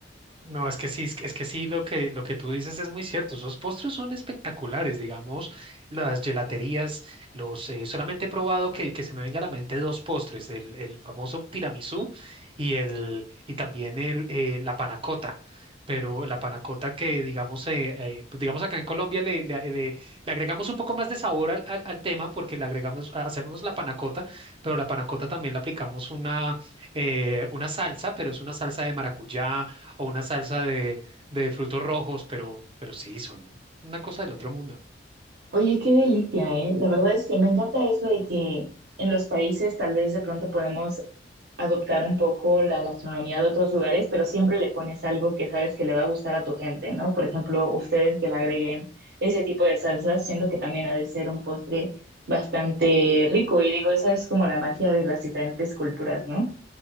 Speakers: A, on the right; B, on the right.
A: No, es que sí, es que es que sí, lo que, lo que tú dices es muy cierto. Esos postres son espectaculares, digamos, las gelaterías, los, eh, solamente he probado que, que se me venga a la mente dos postres, el, el famoso tiramisú y, el, y también el, eh, la panacota. Pero la panacota que, digamos, eh, eh, digamos acá en Colombia le, le- le- le agregamos un poco más de sabor al, al- al tema porque le agregamos, hacemos la panacota, pero la panacota también le aplicamos una, eh, una salsa, pero es una salsa de maracuyá o una salsa de, de frutos rojos, pero, pero sí, son una cosa del otro mundo.
B: Oye, qué delicia, ¿eh? La verdad es que me encanta eso de que en los países tal vez de pronto podemos adoptar un poco la gastronomía de otros lugares, pero siempre le pones algo que sabes que le va a gustar a tu gente, ¿no? Por ejemplo, ustedes que le agreguen ese tipo de salsas, siento que también ha de ser un postre bastante rico y digo, esa es como la magia de las diferentes culturas, ¿no?